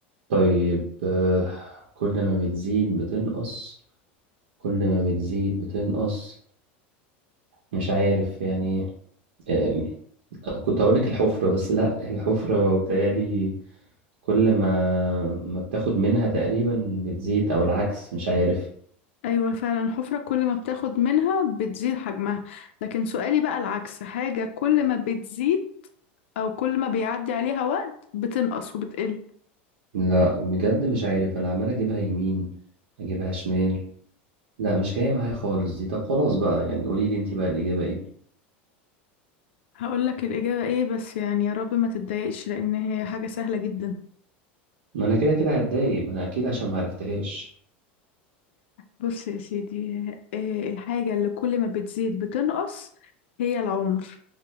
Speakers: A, on the right (about 90°); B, on the left (about 85°).
A: طيب آه، كل ما بتزيد بتنقص كل ما بتزيد بتنقص مش عارف يعني آه، كنت هقولك الحفرة بس لا الحفرة بتهيألي كل ما ما بتاخد منها تقريبا بتزيد او العكس مش عارف
B: ايوه فعلا الحفرة كل ما بتاخد منها بتزيد حجمها لكن سؤالي بقى العكس حاجة كل ما بتزيد او كل ما بيعدي عليها وقت بتنقص وبتقل
A: لا بجد مش عارف انا عمال اجيبها يمين اجيبها شمال لا مش جاية معايا خالص دي طب خلاص بقى يعني قولي لي انت بقى الإجابة ايه
B: هقول لك الإجابة ايه بس يعني يا رب ما تتضايقش لأن هي حاجة سهلة جدا
A: ما انا كده كده هتضايق ما انا اكيد عشان ما عرفتهاش
B: بص يا سيدي آه، الحاجة اللي كل ما بتزيد بتنقص هي العمر